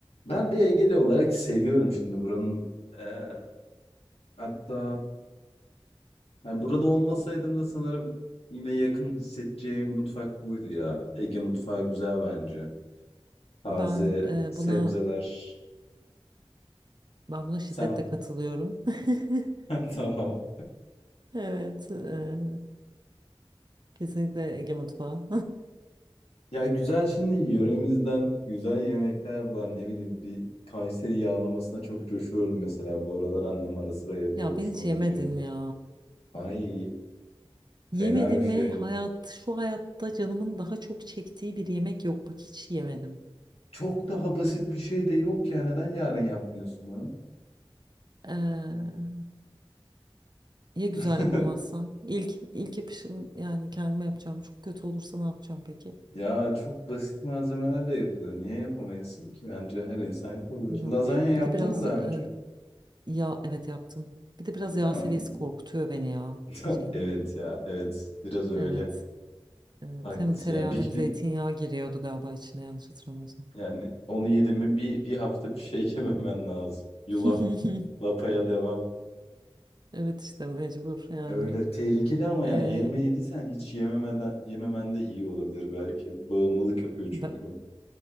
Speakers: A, on the left; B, on the right.
A: Ben bir Egeli olarak seviyorum şimdi buranın. eee, hatta yani burada olmasaydım da sanırım yine yakın hissedeceğim mutfak buydu ya. Ege mutfağı güzel bence. Taze
B: Ben e,
A: sebzeler.
B: buna ben buna şiddetle
A: Sen
B: katılıyorum. <laughs>
A: <laughs> tamam.
B: Evet, e, kesinlikle Ege mutfağı.
A: Ya güzel şimdi yöremizden güzel yemekler var. Ne bileyim bir Kayseri yağlamasına çok coşuyorum mesela. Bu aralar annem ara sıra
B: <laughs>
A: yapıyor.
B: Ya
A: Hoşuma
B: ben hiç yemedim
A: gidiyor.
B: ya.
A: Ay fena
B: Yemedim
A: bir şey.
B: ve hayat şu hayatta canımın daha çok çektiği bir yemek yok. Bak hiç yemedim.
A: Çok daha basit bir şey de yok ya. Neden yarın yapmıyorsun bunu?
B: Ee, ya güzel
A: <laughs>
B: yapamazsam? İlk ilk yapışım yani kendime yapacağım. Çok kötü olursa ne yapacağım peki?
A: Ya çok basit malzemelerle yapılıyor. Niye yapamayasın ki? Bence her insan yapabilir.
B: Bilmiyorum.
A: Lazanya yaptın
B: Bir de biraz
A: mı daha
B: e,
A: önce?
B: yağ evet yaptım. Bir de biraz yağ
A: Tamam.
B: seviyesi korkutuyor beni ya
A: <laughs>
B: şeyin.
A: Evet ya. Evet. Biraz öyle.
B: Evet. Evet,
A: Haklısın.
B: hem tereyağı
A: Yani bir,
B: hem zeytinyağı
A: bir
B: giriyordu galiba içine yanlış hatırlamıyorsam.
A: yani onu yedim mi bir, bir hafta bir şey <laughs> yememen lazım. Yulaf.
B: <laughs>
A: Lapaya devam.
B: Evet işte mecbur yani.
A: Öyle tehlikeli ama yani
B: Ee,
A: yenime yediysen hiç yememeden yememen de iyi olabilir belki. Bağımlılık yapıyor
B: be-
A: çünkü.